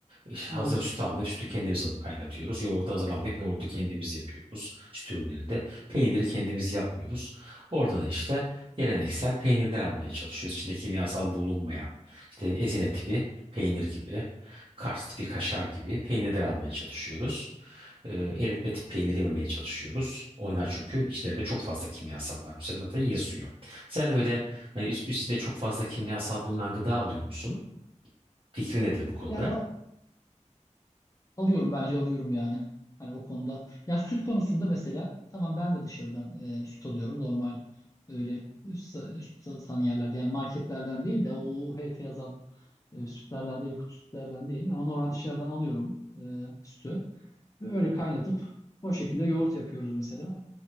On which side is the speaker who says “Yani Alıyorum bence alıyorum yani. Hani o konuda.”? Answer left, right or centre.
Left